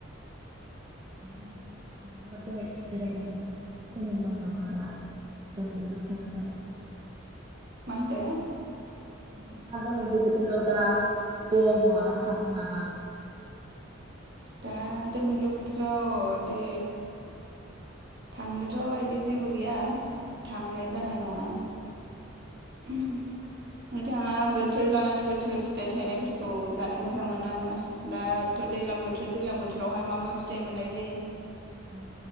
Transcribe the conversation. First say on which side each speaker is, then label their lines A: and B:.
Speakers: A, on the right; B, on the right.
A: <inaudible> बेरायनाय ओरैनो दं नामा दा? दोमैलु बोथोराव
B: माहोनदो?
A: नोंथाङा दोमैलु बोथोराव दा बेरायनो माबा सानदों नामा?
B: दा दमैलु बोथोराव दे थांनोथ' इदि जेबो गैया थांनाय जानाय नङा उम नोंथाङा बोथोर लानानै बोथोर फिथाइ थायनायफोरखौ जानो मोजां मोना मोना दा थ दैलां बो बोथोरावहाय मा मा फिथाइ मोननाय जायो?
A: औ